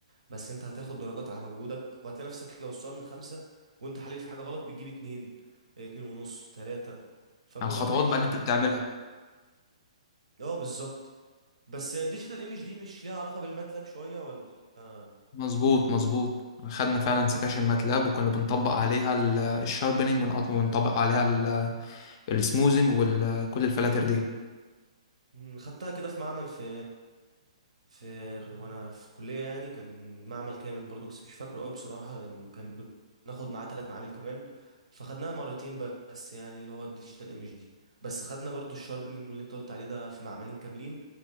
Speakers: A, on the right; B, on the left.
A: بس انت هتاخد درجات على مجهودك وهتلاقي نفسك لو السؤال من خمسة وانت حليت في حاجه غلط بتجيب اتنين آه، اتنين ونص تلاته فالموضوع
B: على الخطوات
A: بيمشي
B: بقى اللي انت
A: يعني
B: بتعملها
A: اه بالظبط بس ديجيتال ايمج دي مش ليها علاقه بالماتلاب شويه ولا
B: مظبوط مظبوط خدنا فعلا سكاشن ماتلاب وكنا بنطبق عليها ال- الشاربينج ونقط- ونطبق عليها ال- السموزنج وكل الفلاتر دي
A: مم، خدتها كده في معمل في في وانا في كلية يعني كان معمل كامل برضو بس مش فاكره قوي بصراحة لان كان بناخد معاه ثلاث معامل كمان فخدناها مرتين بس يعني اللي هو الديجيتال ايمج دي بس خدنا برضو الشاربنينج واللي انت قلت عليه ده في معملين كاملين